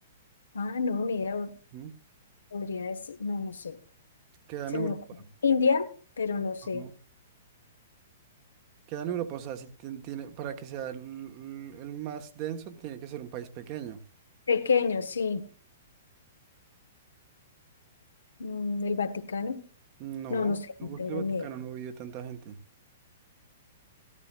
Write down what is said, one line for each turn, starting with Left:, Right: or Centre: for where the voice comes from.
Left: Ah, no, ni idea.
Right: Ujú.
Left: Podría decir, no, no sé.
Right: Queda
Left: Se
Right: en Europa.
Left: me ocurre. India, pero no sé.
Right: ¿no? Queda en Europa, o sea, si tien- tiene, para que sea el el más denso, tiene que ser un país pequeño.
Left: Pequeño, sí. Mm, el Vaticano.
Right: No,
Left: No, no sé,
Right: no
Left: no
Right: porque
Left: tengo
Right: el Vaticano
Left: ni idea.
Right: no vive tanta gente.